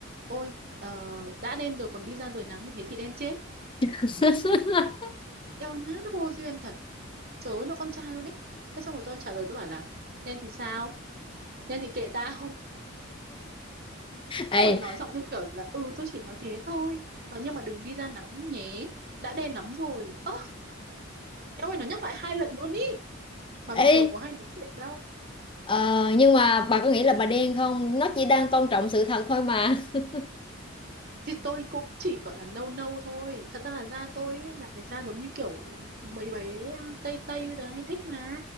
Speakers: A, on the right; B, on the left.
A: ôi ờ, đã đen rồi còn đi ra rời nắng như thế thì đen chết
B: <laughs>
A: eo má nó vô duyên thật trời ơi nó con trai luôn ấy thế xong rồi tôi trả lời tôi bảo là đen thì sao đen thì kệ tao
B: Ê,
A: rồi nói giọng theo kiểu là ừ tôi chỉ nói thế thôi Ờ, nhưng mà đừng đi ra nắng nhé đã đen lắm rồi ơ em ơi nó nhắc lại hai lần luôn ý mà bình
B: ê,
A: thường có hay nói chuyện đâu
B: ờ, nhưng mà bà có nghĩ là bà đen không? Nó chỉ đang tôn trọng sự thật thôi mà. <laughs>
A: thì tôi cũng chỉ gọi là nâu nâu thôi thật ra là da tôi ý là cái da giống như kiểu mấy bé tây tây bây giờ hay thích mà